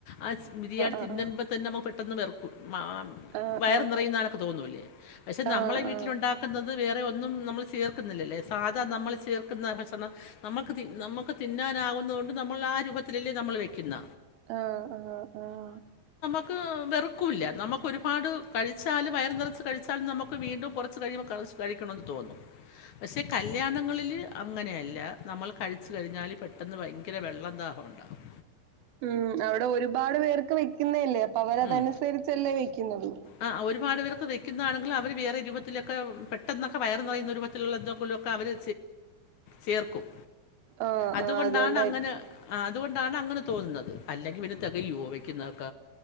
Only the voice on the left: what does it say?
ആ ബിരിയാണി
തിന്നുമ്പോ തന്നെ നമ്മ പെെന്ന് വറക്കൂ മാ
വയറെ നിറയുന്നനൊക്കെ തോന്നില്ലേ പക്ഷെ
നമ്മളെ വീട്ടില
ഉണ്ടാക്കുന്നത് വേറെ ഒന്നും നമ്മൾ ചേർക്കുന്നില്ലല്ലേ സാധാ നമ്മൾ ചേർ ുന്ന ഭക്ഷണം നമുക്ക് തി നമുക്ക് തിന്നാനാകുന്നത് കൊണ്ട് നമ്മൾ ആ രൂപത്തിലല്ലേ നമ്മൾ വയ്ക്കുന്ന
നമുക്ക് വെറുക്കില്ല നമുക്കൊരുപാട് കഴിച്ചാും വയർ നിറച്ച് കഴിച്ചാലും നമുക്ക് വീണ്ടും കുറച്ച് കഴിയുമ്പോൾ ക കഴിക്കണമെന്ന് തോന്നും പക്ഷേ കല്യാണങ്ങളിൽ അങ്ങനെയല്ല നമ്മൾ കഴിച്ചു കഴിഞ്ഞാല് പെട്ടെന്ന് ഭയങ്കര വെള്ളം ദാഹമുണ്ടാാവും
ഉം.
ആ ഒരുപാട് പേർക്ക് വെക്കുന്നതാണെങ്കിലും അവര് വേറെ രൂപത്തിലൊക്കെ പെട്ടെന്നൊക്കെ വയർ നിറയുന്ന രൂപത്തിലുള്ള എന്തെങ്കിലുവൊ ക്കെ അവര് ചേർക്കും
അതുകൊണ്ടാണ്
അങ്ങനെ അതുകൊണ്ട് ണ്ടാണ് അങ്ങനെ തോന്നുന്നത് അല്ലെങ്കിൽ പിന്നെ തികയൊ വെക്കുന്നതൊക്ക